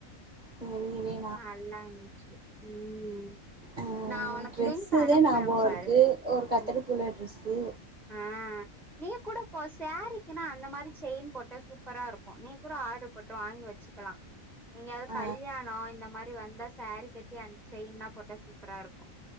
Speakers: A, on the right (about 35°); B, in the centre.
A: <unintelligible> வே
B: நல்லாருந்துச்சி ம்
A: ஆ
B: நா உனக்கு
A: ட்ரெஸ்சு
B: லிங்க் அனுப்புறே
A: தே ஞாபகோ
B: பாரு
A: இருக்கு ஒரு கத்திரீ
B: ம்
A: பூ கலர் ட்ரெஸ்சு
B: ஆ நீ கூட போ சேரீக்குனா அந்த மாரி செயின் போட்ட சூப்பரா இருக்கு நீ கூட ஆடரு போட்டு வாங்கி வச்சிக்கலா எங்கயாது
A: ஆ
B: கல்யாணோ இந்த மாரி வந்தா சேரீ கட்டி அந்த செயின்லா போட்டா சூப்பரா இருக்கு